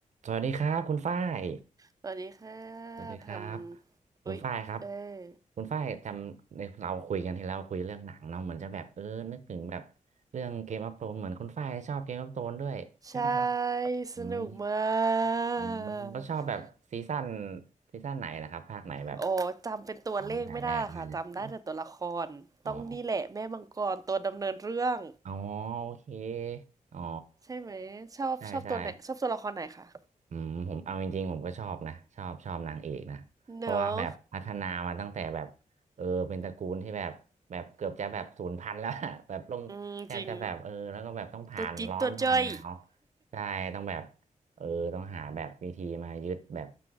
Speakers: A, on the right (about 60°); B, on the right (about 25°).
A: สวัสดีครับคุณฝ้าย
B: สวัสดีค่ะ
A: สวัสดีครับ
B: ทำ
A: คุณฝ้ายครับ
B: อุ๊ยเออ
A: คุณฝ้ายจำในเราคุยกันที่เราคุยเรื่องหนังเนาะเหมือนจะแบบเออนึกถึงแบบเรื่องเกมออฟโธรนเหมือนคุณฝ้ายชอบเกมออฟโธรนด้วยใช่ไหมครับ
B: ใช่
A: อืม
B: สนุกมาก
A: อืมแล้วชอบแบบซีซั่นซีซั่นไหนนะครับภาคไหนแบบ
B: โอ้ จำเป็นตัวเลขไม่ได้หรอกค่ะจำได้แต่ตัวละครต้องนี่แหละแม่มังกรตัวดำเนินเรื่อง
A: อ๋อตั้งแต่แรกเลยอ๋ออ๋อโอเคอ๋อ
B: ใช่ไหมชอบชอบตัวไหนชอบตัวละครไหนคะ
A: ใช่ใช่ อืมผมเอาจริงๆผมก็ชอบนะชอบชอบนางเอกนะเพราะว่าแบบพัฒนามาตั้งแต่แบบเออเป็นตระกูลที่แบบแบบเกือบจะแบบศูนย์พันธุ์แล้ว
B: เนอะ
A: <laughs> อะแบบลงแทบจะแบบเออแล้วก็แบบต้องผ่านร้อนผ่านหนาว
B: อืมจริงตัวจิ๊ดตัวจ้อย
A: ใช่ต้องแบบเออต้องหาแบบวิธีมายึดแบบ